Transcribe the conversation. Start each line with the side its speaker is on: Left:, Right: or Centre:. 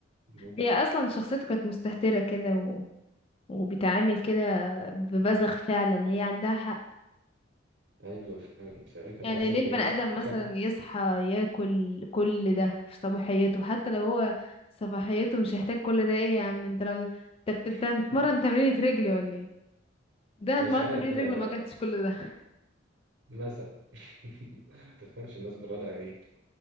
Right: ممكن
Left: هي اصلا شخصيته كانت مستهتره كده و... وبتعامل كده ببذخ فعلا هي عندها حق
Right: ايوه فاهم فهي كانت
Left: يعني
Right: عايزة
Left: ليه
Right: ايه
Left: البني آدم مثلا
Right: فك
Left: يصحى ياكل كل ده في صباحيته حتى لو هو صباحيته مش هيحتاج كل ده ايه يا عم انت لو انت بت- انت
Right: <laughs>
Left: بتتمرن تمرينة رجلي ولا ايه ده أنا
Right: مش
Left: اتمرنت
Right: عارف
Left: تمرينة
Right: انا
Left: رجلي
Right: والله
Left: وما اكلتش كل ده
Right: مثلا <laughs> ما تفهمش الناس جرالها ايه